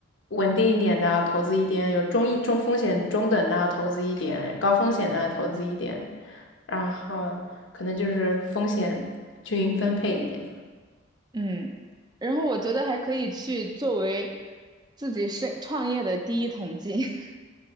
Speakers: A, on the left (about 75°); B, on the right (about 20°).
A: 稳定一点的投资一点，有中一中风险中等的投资一点，高风险的投资一点，然后可能就是风险均匀分配一点嘛。
B: 嗯，然后我觉得还可以去作为自己是创业的第一桶金，<laughs>